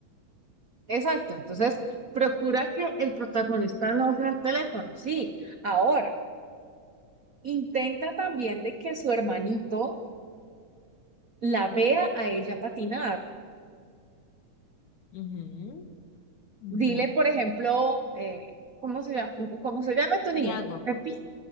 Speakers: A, on the right (about 55°); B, on the left (about 70°).
A: Exacto, entonces procura que el protagonista no vea el teléfono, sí. Ahora, intenta también de que su hermanito la vea a ella patinar.
B: Ujú. Ya.
A: Dile, por ejemplo, eh, ¿cómo se llama, cómo se llama tu niño?
B: Y hago.
A: Pepi,